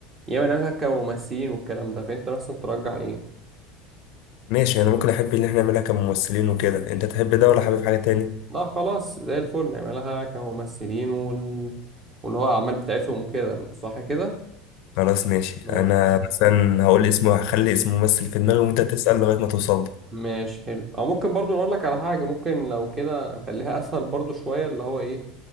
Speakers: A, on the right; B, on the left.
A: يا اما نعملها كممثلين والكلام ده فانت مثلا ترجح ايه
B: ماشي انا ممكن احب اللي احنا نعملها كممثلين وكده انت تحب ده ولا حابب حاجة تاني
A: لا خلاص زي الفل نعملها كممثلين وال... واللي هو أعمال بتاعتهم وكده صح كده
B: خلاص ماشي
A: ماشي
B: انا
A: زي
B: مثلا
A: الفل.
B: هقول اسمه هخلي اسم ممثل في دماغي وانت تسأل لغاية ما توصل له
A: ماشي حلو او ممكن برضو نقول لك على حاجه ممكن لو كده نخليها اسهل برضو شويه اللي هو ايه